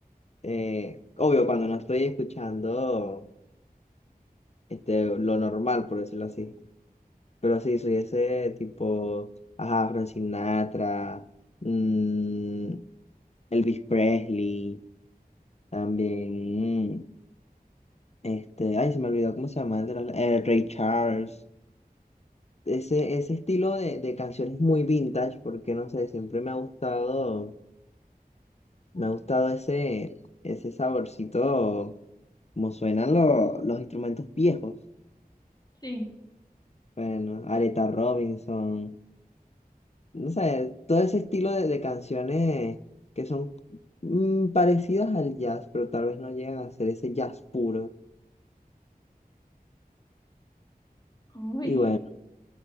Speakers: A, on the left; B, on the left.
A: eh, obvio cuando no estoy escuchando este, lo normal, por decirlo así, pero sí soy ese tipo, ajá, Frank Sinatra, mm, Elvis Presley, también, mm, este, ay, se me olvidó cómo se llama, el de los- eh, Ray Charles. Ese, ese estilo de, de canciones muy vintage, porque no sé, siempre me ha gustado, me ha gustado ese, ese saborcito, como suenan lo- los instrumentos viejos.
B: Sí,
A: Bueno, Aretha Robinson, no sé, todo ese estilo de, de canciones que son mm, parecidas al jazz, pero tal vez no llegan a ser ese jazz puro.
B: oye,
A: Y bueno,
B: qué,